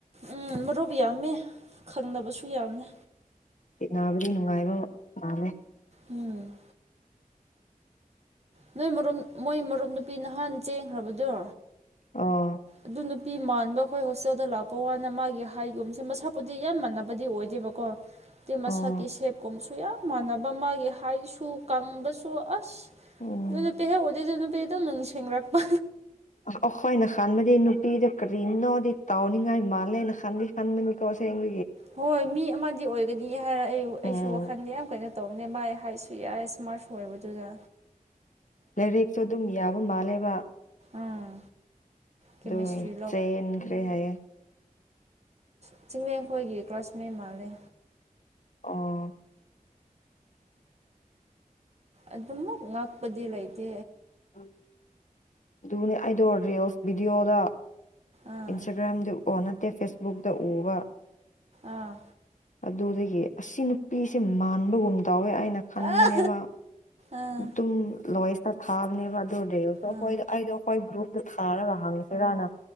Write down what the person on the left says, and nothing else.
ꯅꯥꯕꯨꯗꯤ ꯅꯨꯡꯉꯥꯏꯕ ꯃꯥꯃꯦ
ꯑꯣ
ꯑꯣ
ꯎꯝ
ꯑꯩꯈꯣꯏꯅ ꯈꯟꯕꯗꯤ ꯅꯨꯄꯤꯗ ꯀꯔꯤꯅꯣꯗꯤ ꯇꯥꯎꯅꯤꯡꯉꯥꯏ ꯃꯥꯜꯂꯦꯩꯅ ꯈꯟꯗꯤ ꯈꯟꯕꯅꯤꯀꯣ ꯁꯦꯡ
ꯎꯝ
ꯂꯥꯏꯔꯛꯁꯨ ꯑꯗꯨꯝ ꯌꯥꯕ ꯃꯥꯜꯂꯦꯕ
ꯑꯗꯨ ꯆꯟꯈ꯭ꯔꯦ ꯍꯥꯏꯌꯦ
ꯑ
ꯎ ꯑꯗꯨꯅꯦ ꯑꯩꯗꯣ ꯔꯤꯜꯁ ꯚꯤꯗꯤꯑꯣꯗ
ꯏꯟꯁꯇꯥꯒ꯭ꯔꯥꯝꯗꯨ ꯑꯣ ꯅ ꯅꯠꯇꯦ ꯐꯦꯁꯕꯨꯛꯇꯛꯇ ꯎꯕ
ꯑꯗꯨꯗꯒꯤ ꯑꯁꯤ ꯅꯨꯄꯤꯁꯦ ꯃꯥꯟꯕꯒꯨꯝ ꯇꯧꯋꯦ ꯑꯩꯅ ꯈꯟꯕꯅꯦꯕ
ꯑꯗꯨꯝ ꯂꯣꯏꯁꯇ ꯊꯥꯕꯅꯦꯕ ꯑꯗꯨꯔ ꯍꯈꯣꯏꯗ
ꯑꯩꯗꯣ ꯑꯩꯈꯣꯏ ꯒ꯭ꯔꯨꯞꯇ ꯊꯥꯔꯒ ꯍꯪꯁꯤꯔꯅ